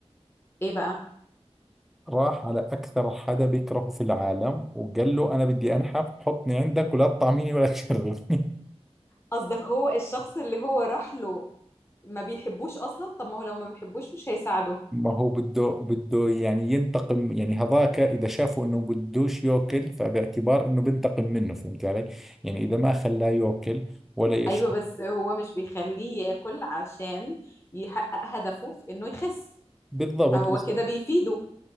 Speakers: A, on the left; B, in the centre.
A: ايه بقى
B: راح على أكثر حدا بيكرهه في العالم وقال له أنا بدي أنحف حطني عندك ولا تطعميني ولا تشربني <laughs>
A: قصدك هو الشخص اللي هو راح له ما بيحبوش اصلا طب ما هو لو ما بيحبوش مش هيساعده
B: ما هو بده بده يعني ينتقم يعني هذاك إذا شافه إنه بدوش يأكل فباعتبار إنه بنتقم منه فهمت علي؟ يعني إذا ما خلاه يأكل ولا يشرب
A: ايوه بس هو مش بيخليه ياكل عشان يحقق هدفه في انه يخس
B: بالضبط
A: فهو
B: بس
A: كده بيفيده